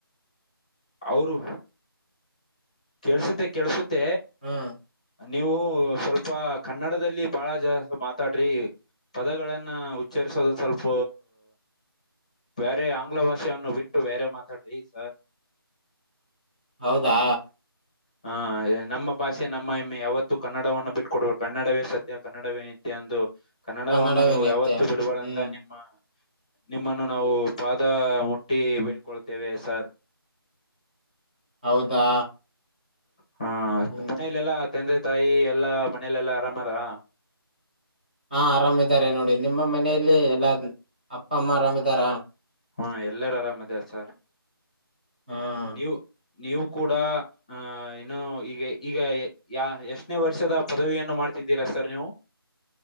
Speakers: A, on the left; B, on the right.
A: ಅವರು ಕೆಳ್ಸುತ್ತೆ ಕೆಳ್ಸುತ್ತೆ.
B: ಹ್ಮ್
A: ನೀವು ಸ್ವಲ್ಪ ಕನ್ನಡದಲ್ಲಿ ಬಾಳ ಜಾಸ್ತಿ ಮಾತಾಡ್ರಿ ಪದಗಳನ್ನ ಉಚ್ಚರಿಸೋದು ಸ್ವಲ್ಪ ಬೇರೆ ಆಂಗ್ಲ ಭಾಷೆಯನ್ನು ಬಿಟ್ಟು ಬೇರೆ ಮಾತಾಡ್ರಿ ಸರ್.
B: ಹೌದಾ.
A: ಹಾ ನಮ್ಮ ಭಾಷೆ ನಮ್ಮ ಹೆಮ್ಮೆ ಯಾವತ್ತು ಕನ್ನಡವನ್ನು ಬಿಟ್ಟಕೊಡಲ್ಲ ಕನ್ನಡವೇ ಸತ್ಯ ಕನ್ನಡವೇ ನಿತ್ಯ ಅಂದು ಕನ್ನಡವನ್ನು
B: ಕನ್ನಡವೇ
A: ನೀವು
B: ನಿತ್ಯ
A: ಯಾವತ್ತು ಬಿಡಬಾರದಂತ
B: ಹ್ಮ್
A: ನಿಮ್ಮ ನಿಮ್ಮನ್ನು ನಾವು ಪಾದ ಮು ಟ್ಟಿ ಬಳ್ಕೊಳ್ತೇವೆ ಸರ್.
B: ಹೌದಾ.
A: ಹಾ
B: ಹ್ಮ್
A: ಮನಲೆಲ್ಲಾ ತಂದೆ ತಾಯಿ ಎಲ್ಲಾ ಮನಲೆಲ್ಲಾ ಆರಾಮಾ ಹರಾ.
B: ಹಾ ಆರಮಿದ್ದಾರೆ ನೋಡಿ ನಿಮ್ಮ ಮನೆಯಲ್ಲಿ ಎಲ್ಲಾ ಅಪ್ಪ ಅಮ್ಮ ಅರಾಮಿದಾರ.
A: ಹಾ ಎಲ್ಲಾರು ಆರಾಮದಾರ ಸರ್
B: ಹ್ಮ್
A: ನೀವು. ನೀವು ಕೂಡ ಆಹ ಇನ್ನು ಈಗೆ ಈಗ ಯಾ ಎಷ್ಟನೇ ವರ್ಷದ ಪದವಿಯನ್ನು ಮಾಡ್ತಿದ್ದೀರಾ ಸರ್ ನೀವು.